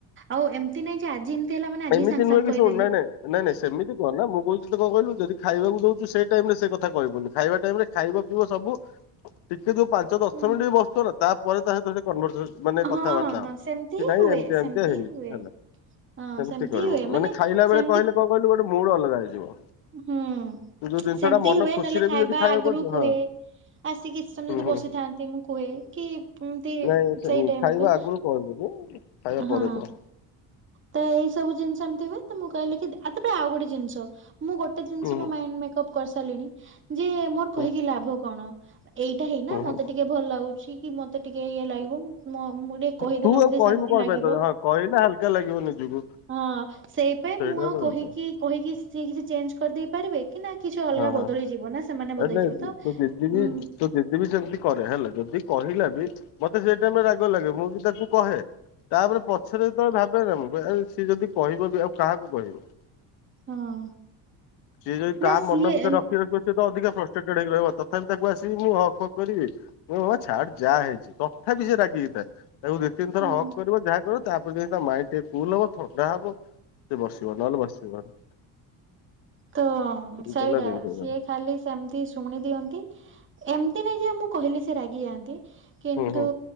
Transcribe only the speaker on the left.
ଏମିତି
ନୁହେଁ
କି
ଶୁଣ ନାଇଁ ନାଇଁ ନାଇଁ ନାଇଁ ସେମିତି କୁହ ନା ମୁଁ କହୁଥିଲି କଣ କହିଲୁ ଯଦି ଖାଇବାକୁ ଦୋଉଛୁ ସେଇ ଟାଇମ୍ ରେ ସେ କଥା କହିବୁନି ଖାଇବା ଟାଇମ୍ ରେ ଖାଇବ ପିଇବ ସବୁ ଟିକେ ଯୋଉ ପାଞ୍ଚ ଦଶ
ମିନିଟ୍ ବି ବସୁଥିବ ନା ତାପରେ ତା ସହିତ ମାନେ ଜଷ୍ଟ ମାନେ କଥାବାର୍ତ୍ତା
ହବା
କି
ନାହିଁ
ଏମିତିଆ
ଏମିତିଆ ହେଇଚି
ହେଲା।
ସେମିତି କରିବୁନି
ମାନେ ଖାଇଲା
ବେଳେ କହିଲେ କଣ କହିଲୁ ଗୋଟେ ମୁଡ ଅଲଗା ହେଇଯିବ।
ଯୋଉ ଜିନିଷ
ଟା ମନ
ଖୁସିରେ
ବି ଯଦି ଖାଇବାକୁ
ପାରୁଛୁ
ହଁ
ହୁଁ
ହୁଁ
ନାଇଁ ସେ
ଖାଇବା ଆଗରୁ କହିବୁନୁ ଖାଇବା
ପରେ କହ।
ହୁଁ
ହୁଁ
ହୁଁ
ହୁଁ
ତୁ
ଆଉ
କହିବୁ
କଣ
ପାଇଁ ତତେ ହଁ କହିଲେ ହାଲକା ଲାଗିବ ନିଜକୁ।
ସେଇଟା
ହେଲା
କଥା।
ହଁ ହଁ।
ଆରେ
ନାଇଁ ଦି-
ତୋ ଦିଦି ବି ତୋ ଦିଦି ବି ସେମିତି କରେ ହେଲା ଯଦି କହିଲା ବି ମତେ ସେଇ ଟାଇମ୍ ରେ ରାଗ ଲାଗେ ମୁଁ ବି ତାକୁ କହେ। ତାପରେ ପଛରେ ଯେ ତବେଳେ ଭାବେ ନା ମୁଁ କହ ସିଏ ଯଦି କହିବ ବି ଆଉ କାହାକୁ କହିବ।
ସିଏ ଯଦି ତା
ମନ ଭିତରେ ରଖି ରଖିବ ସିଏ ତ ଅଧିକା ପ୍ରଷ୍ଟେଟେ ହେଇି ରହିବ ତଥାପି ତାକୁ ଆସିବି ମୁଁ ହକ୍ ହକ୍ କରିବି। ଓ ବାବା ଛାଡ ଯାହା ହେଇଚି ତଥାପି ସେ ରାଗି ହେଇଥାଏ। ତାକୁ ଦିଇ ତିନ ଥ
ହକ୍ କରିବ ଯାହା କରିବ ତାପରେ ଯାଇ ତା ମାଇଣ୍ଡ ଟେ କୁଲ ହବ ଥଣ୍ଡା ହବ ସେ ବସିବ ନହେଲେ ବସିବନି।
ଏମିତି
ହେଲା ଜିନିଷ
ତାର।
ହୁଁ ହୁଁ